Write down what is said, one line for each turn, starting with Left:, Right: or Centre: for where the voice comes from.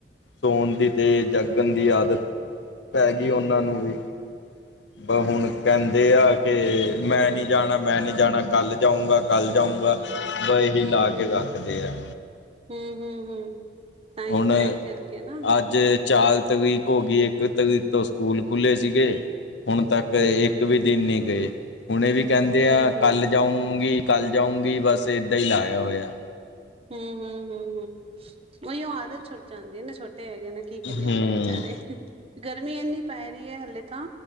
Left: ਸੋਣ ਦੀ ਤੇ ਜਾਗ ਗੰਦੀ ਆਦਤ, ਪੈਗੀ
Right: ਹੂੰ,
Left: ਉਹਨਾਂ
Right: ਹੂੰ,
Left: ਨੂੰ ਵੀ ਬਸ ਹੁਣ ਕਹਿੰ ਤੇ ਅ ਕੇ ਮੈਂ ਨੀ ਜਾਣਾ ਮੈਂ ਨੀ ਜਾਣਾ ਕੱਲ੍ਹ ਜਾਊਂਗਾ ਕੱਲ੍ਹ ਜਾਊਂਗਾ। ਬ ਇਹੀ
Right: ਹੂੰ
Left: ਲਾ
Right: ਹੂੰ
Left: ਕੇ ਰੱਖਦੇ
Right: ਹੂੰ,
Left: ਆ
Right: ਹੂੰ ਹੂੰ ਹੂੰ ਹੂੰ। ਤਾਂਈ,
Left: ਹੁਣ
Right: ਤਾਂਈ ਕਰਕੇ ਨਾ
Left: ਅੱਜ ਚਾਰ ਤਰੀਕ ਹੋਗੀ ਇੱਕ ਤਰੀਕ ਤੋਂ ਸਕੂਲ ਖੁੱਲ੍ਹੇ ਸੀਗੇ। ਹੁਣ ਤੱਕ ਇੱਕ
Right: ਹੂੰ,
Left: ਵੀ ਦਿਨ ਨੀ ਗਏ, ਹੁਣ ਇਹ ਵੀ ਕਹਿੰਦੇ
Right: ਹੂੰ,
Left: ਆ
Right: ਹੂੰ।
Left: ਕੱਲ ਜਾਊਗੀ ਕੱਲ ਜਾਊਗੀ ਬਸ ਏਦਾਂ ਈ ਲਾਇਆ ਹੋਇਆ।
Right: ਹੂੰ ਹੂੰ ਹੂੰ ਹੂੰ। ਉਹੀ ਉਹ ਆਦਤ ਛੁੱਟ ਜਾਂਦੀ ਏ ਨਾ ਛੋਟੇ ਹੈਗੇ ਨੇ ਕੀ ਕਰੀਏ
Left: ਹੂੰ
Right: ਹੋਰ ਵਿਚਾਰੇ। ਗਰਮੀ ਐਨੀ ਪਏ ਰਹੀ ਐ ਹਲੇ ਤਾਂ